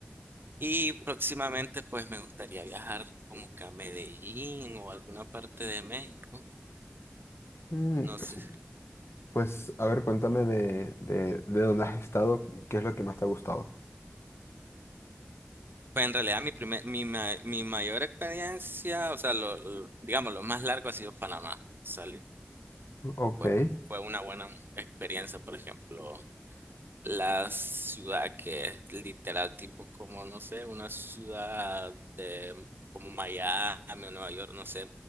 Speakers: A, on the right (about 55°); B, on the left (about 85°).
A: y próximamente pues me gustaría viajar como que a Medellín o alguna parte de México.
B: Mm,
A: No
B: pues,
A: sé.
B: pues, a ver, cuéntame de, de, de dónde has estado, qué es lo que más te ha gustado.
A: Pues en realidad mi primer, mi, ma- mi mayor experiencia, o sea, lo, lo- digamos, lo más largo ha sido Panamá. Salí.
B: Ok.
A: Fue,
B: ¿Y
A: fue una buena experiencia, por ejemplo. la ciudad que es literal tipo como, no sé, una ciudad de como Miami o Nueva York, no sé,